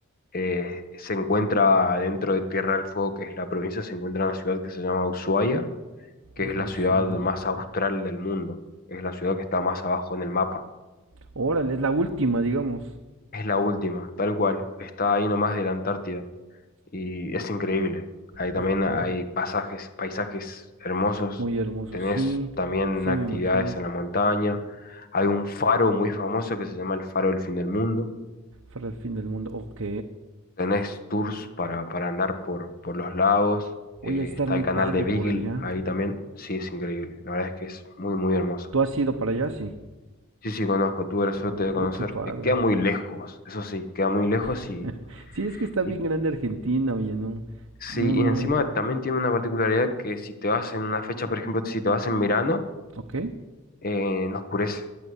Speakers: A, on the left; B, on the right.
A: eh, se encuentra dentro de Tierra del Fuego, que es la provincia, se encuentra una ciudad que se llama Ushuaia, que
B: O-
A: es la
B: Ushuaia.
A: ciudad más austral del mundo. Es la ciudad que está más abajo en el mapa.
B: Órale, es la última, digamos.
A: Es la última, tal cual. Está ahí nomás de la Antártida. Y es increíble. Ahí
B: Ok.
A: también hay pasajes, paisajes hermosos.
B: Muy hermoso,
A: Tenés
B: sí,
A: también
B: sí
A: actividades
B: me imagino.
A: en la montaña. Hay un faro muy famoso que se llama el Faro del Fin del Mundo
B: Para el fin del mundo, ok.
A: Tenés tours para, para andar por, por los lagos.
B: Voy
A: eh,
B: a estar
A: está
B: muy
A: el canal
B: padre
A: de Beagle
B: por allá.
A: ahí también. Sí, es increíble. La verdad es que es muy, muy hermoso.
B: ¿Tú has ido para allá? Sí.
A: Sí, sí, conozco. Tuve la suerte
B: Uy,
A: de conocer.
B: qué padre.
A: Eh, queda muy lejos, eso sí, queda muy lejos
B: <laughs>
A: y,
B: Sí, es que está bien
A: y
B: grande Argentina, oye, no,
A: sí,
B: no,
A: y
B: no.
A: encima también tiene una particularidad que si te vas en una fecha, por ejemplo, si te vas en verano,
B: Ok.
A: eh, no oscurece.